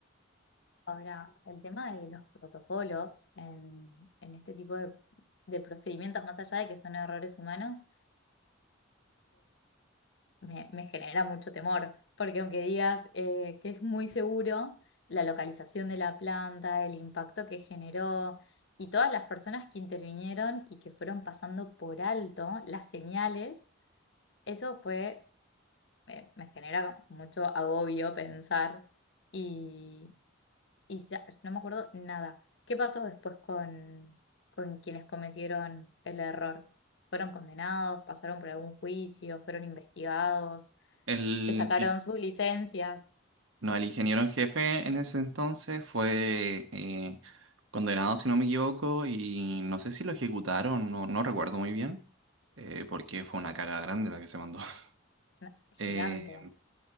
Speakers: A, on the left; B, on the right.
A: Ahora, el tema de los protocolos en, en este tipo de, de procedimientos, más allá de que son errores humanos, me, me genera mucho temor, porque aunque digas eh, que es muy seguro, la localización de la planta, el impacto que generó y todas las personas que intervinieron y que fueron pasando por alto las señales, eso fue, me, me genera mucho agobio pensar y, y sa- no me acuerdo nada. ¿Qué pasó después con, con quienes cometieron el error? ¿Fueron condenados? ¿Pasaron por algún juicio? ¿Fueron investigados?
B: El,
A: Le sacaron sus licencias.
B: no, el ingeniero en jefe en ese entonces fue eh, condenado, si no me equivoco, y no sé si lo ejecutaron, no, no recuerdo muy bien, eh, porque fue una caga grande la que se mandó. <laughs>
A: No, gigante.
B: Eh,